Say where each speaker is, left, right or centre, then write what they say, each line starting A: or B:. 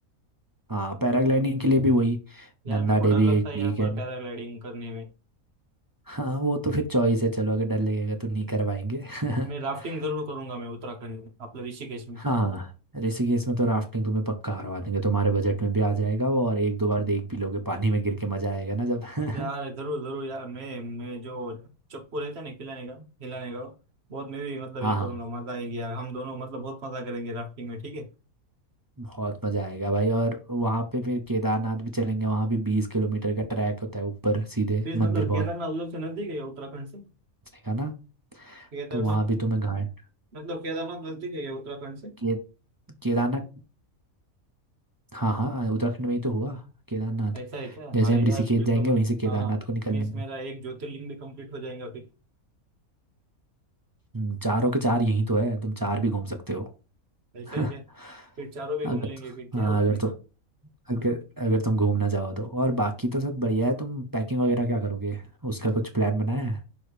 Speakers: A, on the right (about 20°); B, on the right (about 50°).
A: हाँ पैराग्लाइडिंग के लिए भी वही
B: यार
A: नंदा
B: मेरे को
A: देवी
B: डर लगता
A: एक
B: है
A: पीक
B: यार
A: है
B: पर पैराग्लाइडिंग करने में
A: हाँ वो तो फिर चॉइस है चलो अगर डर लगेगा तो नहीं करवाएंगे <laughs>
B: मैं राफ्टिंग जरूर करूंगा मैं उत्तराखंड में अपने ऋषिकेश में
A: हाँ ऋषिकेश में तो राफ्टिंग तुम्हें पक्का करवा देंगे तुम्हारे बजट में भी आ जाएगा वो और एक दो बार देख भी लोगे पानी में गिर के मजा आएगा ना जब <laughs>
B: यार जरूर जरूर यार मैं मैं जो चप्पू रहता है ना खिलाने का खिलाने का बहुत मैं भी मतलब
A: हाँ
B: ये करूंगा
A: हाँ
B: मजा आएगी यार हम दोनों मतलब बहुत मजा करेंगे राफ्टिंग में ठीक है
A: बहुत मजा आएगा भाई और वहाँ पे फिर केदारनाथ भी चलेंगे वहाँ भी बीस किलोमीटर का ट्रैक होता है ऊपर सीधे
B: प्लीज
A: मंदिर
B: मतलब
A: पहुँचने
B: केदारनाथ उधर से नजदीक है क्या उत्तराखंड से
A: का ना
B: केदारनाथ
A: तो वहाँ भी तुम्हें घाट
B: मतलब केदारनाथ नजदीक है क्या उत्तराखंड से
A: के केदारनाथ हाँ हाँ उत्तराखंड में ही तो हुआ केदारनाथ
B: ऐसा है क्या
A: जैसे
B: अरे
A: हम
B: यार
A: ऋषिकेश
B: फिर
A: जाएंगे
B: तो मत
A: वहीं से केदारनाथ
B: हाँ हाँ
A: को निकल
B: मीन्स
A: लेंगे
B: मेरा एक ज्योतिर्लिंग भी कंप्लीट हो जाएगा फिर
A: हम्म, चारों के चार यहीं तो है तुम चार भी घूम सकते हो
B: ऐसा
A: <laughs>
B: है क्या फिर चारों भी
A: अगर
B: घूम लेंगे फिर
A: हाँ
B: क्या है उसमें
A: अगर तो अगर अगर तुम घूमना चाहो तो और बाकी तो सब बढ़िया है तुम पैकिंग वगैरह क्या करोगे उसका कुछ प्लान बनाया है